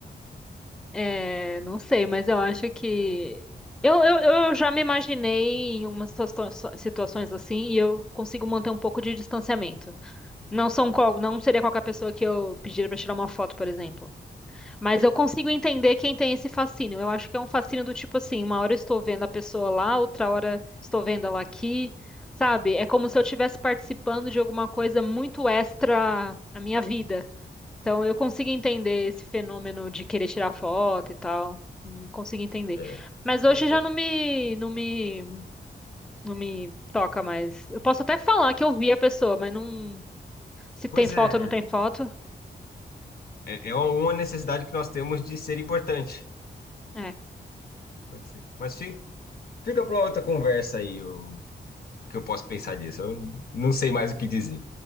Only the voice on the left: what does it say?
É,
é,
eu-
pois
é,
é, é uma necessidade que nós temos de ser importante.
Pode ser. Mas fi- fica para outra conversa aí o, o que eu posso pensar disso. Eu não sei mais o que dizer.